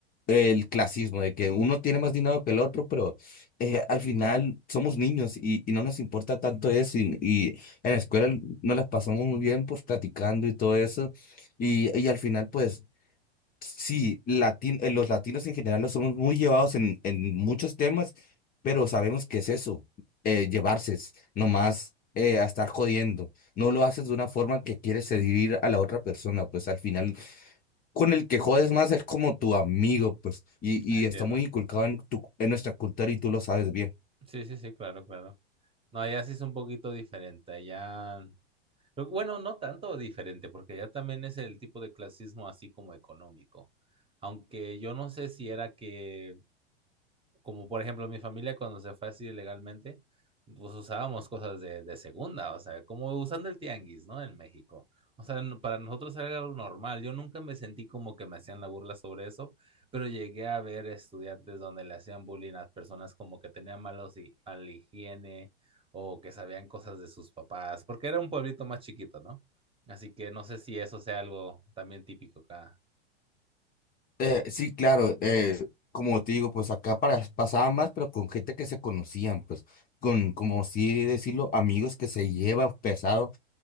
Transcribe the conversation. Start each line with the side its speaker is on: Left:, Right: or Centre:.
Left: el clasismo, de que uno tiene más dinero que el otro, pero eh, al final somos niños y, y no nos importa tanto eso. Y, y en la escuela nos las pasamos muy bien, pues platicando y todo eso. Y, y al final, pues sí, latin, eh, los latinos en general nos somos muy llevados en, en muchos temas, pero sabemos que es eso, eh, llevarse, es nomás. eh, a estar jodiendo, no lo haces de una forma que quieres seducir a la otra persona, pues al final con el que jodes más es como tu amigo, pues, y, y
Right: Ah, Entiendo.
Left: está muy inculcado en, tu, en nuestra cultura y tú lo sabes bien.
Right: Sí, sí, sí, claro, claro. No, allá sí es un poquito diferente. Allá, pero bueno, no tanto diferente, porque allá también es el tipo de clasismo así como económico. Aunque yo no sé si era que como por ejemplo mi familia cuando se fue así ilegalmente, pues usábamos cosas de, de segunda, o sea, como usando el tianguis, ¿no? En México. O sea, no- para nosotros era algo normal. Yo nunca me sentí como que me hacían la burla sobre eso, pero llegué a ver estudiantes donde le hacían bullying a personas como que tenían malos hi- mala higiene o que sabían cosas de sus papás, porque era un pueblito más chiquito, ¿no? Así que no sé si eso sea algo también típico acá.
Left: Eh, sí, claro, eh, como te digo, pues acá para, pasaba más, pero con gente que se conocían, pues, con, como sí decirlo, amigos que se llevan pesado.